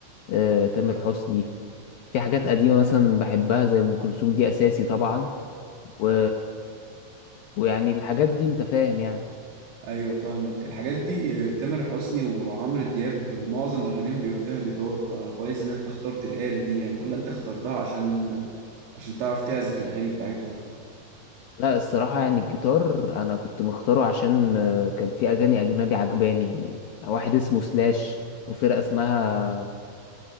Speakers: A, on the left; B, on the right.
A: آه، تامر حسني في حاجات قديمة مثلا بحبها زي ام كلثوم دي اساسي طبعا و... ويعني الحاجات دي انت فاهم يعني
B: ايوه فاهمك الحاجات دي آه، تامر حسني وعمرو دياب آه، معظم اغانيهم بيبقى فيها جيتار فكويس ان انت اخترت الآلة دي يعني ولا انت اخترتها عشان آه، عشان تعرف تعزف الاغاني بتاعتهم
A: لا الصراحة يعني الجيتار انا كنت مختاره عشان آه، كان في اغاني اجنبي عجباني واحد اسمه سلاش وفرقة اسمها